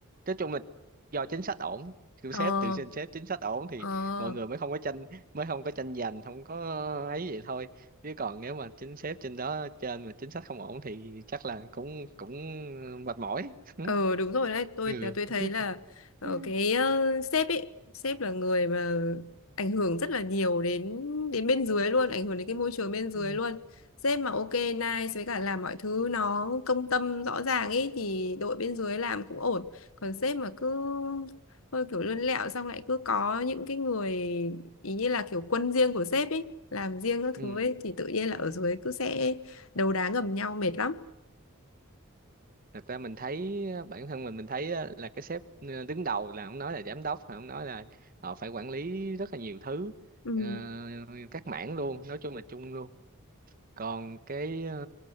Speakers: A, on the right; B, on the left.
A: nói chung là do chính sách ổn từ
B: Ờ.
A: sếp từ trên sếp chính sách ổn thì
B: Ờ.
A: mọi người mới không có tranh mới không có tranh giành không có ấy vậy thôi chứ còn nếu mà chính sếp trên đó trên mà chính sách không ổn thì chắc là cũng cũng mệt mỏi <laughs>
B: Ờ đúng rồi đấy, tôi
A: ừ
B: là tôi thấy là ờ,
A: Ừ.
B: cái ờ, sếp ấy, sếp là người mà ảnh hưởng rất là nhiều đến đến bên dưới luôn, ảnh hưởng đến cái môi trường bên dưới
A: ừ
B: luôn. Sếp mà ok nice với cả làm mọi thứ nó công tâm rõ ràng ấy thì đội bên dưới làm cũng ổn. Còn sếp mà cứ hơi kiểu lươn lẹo xong lại cứ có những cái người ý như là kiểu quân riêng của sếp ấy, làm riêng các
A: ừ
B: thứ ấy thì tự nhiên là ở dưới cứ sẽ đấu đá ngầm nhau mệt lắm.
A: thật ra mình thấy á, bản thân mình mình thấy á, là cái sếp ờ, đứng đầu là ông nói là giám đốc ông nói là họ phải quản lý rất là nhiều thứ
B: Ừ,
A: ờ, các mảng luôn nói chung là chung luôn còn cái ờ,